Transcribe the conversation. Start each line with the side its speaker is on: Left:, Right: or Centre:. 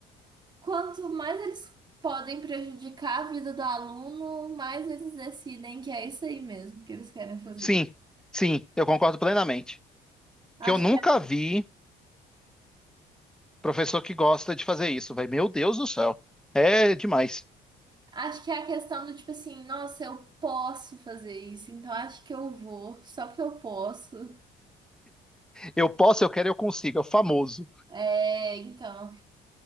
Right: quanto mais eles podem prejudicar a vida do aluno, mais eles decidem que é isso aí mesmo que eles querem fazer.
Centre: Sim, sim, eu concordo plenamente.
Right: Acho,
Centre: Que eu nunca vi professor que gosta de fazer isso, velho. Meu Deus do céu. É demais.
Right: acho que é a questão do tipo assim, nossa, eu posso fazer isso, então acho que eu vou, só porque eu posso.
Centre: Eu posso, eu quero, eu consigo. É o famoso.
Right: É, então.